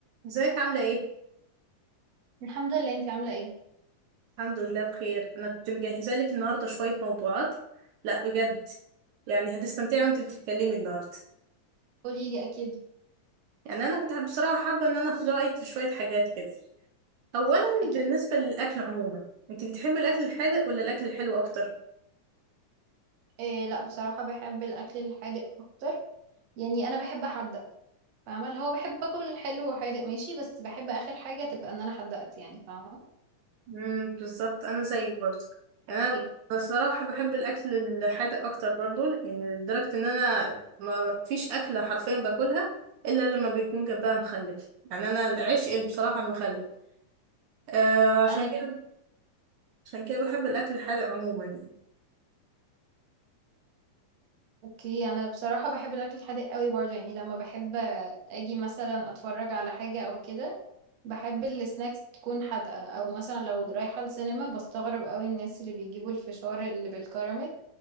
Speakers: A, on the right; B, on the right.
A: ازيك عاملة ايه؟
B: الحمد لله انتي عاملة ايه
A: الحمد لله بخير انا كنت مجهزة لك النهاردة شوية موضوعات لا بجد يعني هتستمتعي وانت بتتكلمي النهاردة
B: قولي لي اكيد
A: يعني انا كنت حابة- بصراحة حابة ان انا اخد رأيك في شوية حاجات كده اولا
B: اكيد
A: بالنسبة للاكل عموما انت بتحبي الاكل الحادق ولا الاكل الحلو اكتر؟
B: إيه لا بصراحة بحب الاكل الحادق اكتر يعني انا بحب احدق فاهمة اللي هو بحب اكل حلو وحادق ماشي بس بحب اخر حاجة تبقى ان انا حدقت يعني فاهمة
A: امم بالظبط انا زيك برضه يعني انا
B: ايه
A: بصراحة بحب الاكل الحادق اكتر برضه لأن- لدرجة ان انا ما فيش اكلة حرفيا باكلها الا لما بيكون جنبها مخلل يعني انا العشق بصراحة المخلل آه عشان
B: انا
A: كده
B: كمان
A: عشان كده بحب الأكل الحادق عموما يعني
B: اوكي انا بصراحة بحب الاكل الحادق قوي برضه يعني لما بحب اجي مثلا اتفرج على حاجة او كده بحب السناكس تكون حادقة او مثلا لو رايحة السينما بستغرب قوي الناس اللي بيجيبوا الفشار اللي بالكراميل